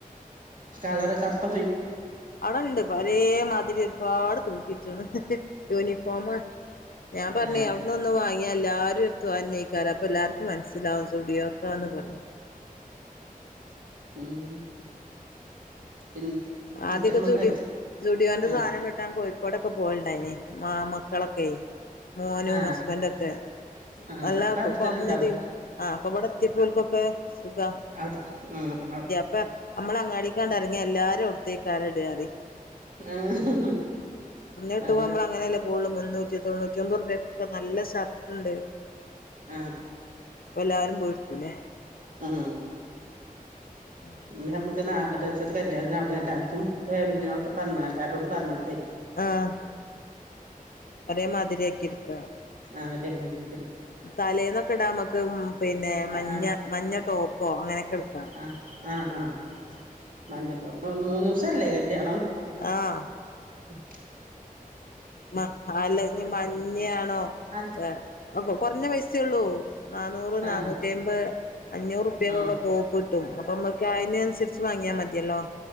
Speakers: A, on the right; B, on the left.
A: കളറൊക്കെ അപ്പ ഫി
B: അവ്ടെണ്ട് പരേമാതിരി ഒരുപാട് തൂക്കിയിട്ട്ക്ണ് യൂണിഫോമ് ഞാൻ പർഞ്ഞേ
A: ആ
B: അവിടുന്നൊന്ന് വാങ്ങ നി എല്ലാരും എത്തു അഞ്ഞയിക്കാൻ അപ്പൊ എല്ലാർക്കും മനസ്സിലാവും സുഡിയോത്താന്ന് പർഞ്ഞ
A: ഉം പിന്നെ എന്നിട്ട്
B: ആദ്യൊക്കെ
A: നമ്മക്ക്
B: സുടിയോ സുഡിയോന്റെ
A: ആ
B: സാധനം കിട്ടാൻ കോഴിക്കോടൊക്കെ പോവല്ണ്ടായിനി മാമ മക്കളൊക്കെ മോനും
A: ആ
B: ഹസ്ബഡൊക്കെ
A: ആ
B: അല്ലാ
A: ഇപ്പ അവിടെത്തന്നെ
B: കൊർഞ്ഞതീല്
A: ഉണ്ടാവൂലേ
B: ആ അപ്പൊ ഇവടെ എത്തിയപ്പോൽക്കൊക്കെ സുഖാ
A: അവ്ട് ഉം അവ്
B: ഇപ്പ നമ്മള് അങ്ങാടിക്കാണ്ടർങ്ങിയാ എല്ലാരും അവ്ട്ത്തേ ക്കാരം ഇടാ അറി
A: ആഹ്
B: കിട്ടുമ്പോ
A: അതെ
B: <unintelligible> മുന്നൂറ്റി തൊണൂറ്റൊമ്പൊർപ്യക്ക് ഒക്കെ നല്ല ഷർട്ട് ഇണ്ട്
A: ആ
B: അപ്പൊ എല്ലാരും പോയി ഇട്ക്കും ല്ലേ
A: ഉം
B: ഉം
A: ഇനി നമ്മക്ക് ഞാറായ്ചത്തെ കല്യാൺത്തിന് അവ്‌ട്ന്ന് എല്ലാർക്കും ഫാമിലിനോടൊക്കെ <unintelligible> എല്ലാരോടും പർഞ്ഞിട്ടെ
B: ആഹ് ഒരേമാതിരി ആക്കി എടുക്ക
A: ആഹ് ഒരേ മാതിരി
B: തലേന്നൊക്കെ ഇടാ നമക്ക് പിന്നെ മഞ്ഞ
A: ആ
B: മഞ്ഞ ടോപ്പോ അങ്ങനെയൊക്കെ ഇട്ക്കാ
A: ആഹ് ആഹ് ആഹ് മഞ്ഞ ടോപ്പ് മൂന്ന് ദിവസല്ലേ കല്യാണം?
B: ആഹ്
A: ഉം
B: മ അല്ല ഇഞ്ഞി മഞ്ഞയാണോ
A: ആ
B: ഏഹ് <unintelligible> കൊറഞ്ഞ പൈസയുള്ളൂ നാന്നൂറ്,
A: ആ
B: നാന്നൂറ്റി അമ്പത് അഞ്ഞൂറ് റുപ്പ്യക്കൊക്കെ
A: ആ
B: ടോ കിട്ടും അപ്പൊ നമ്മക്ക് അതിനനുസരിച്ച് വാങ്ങിയാൽ മതിയല്ലോ.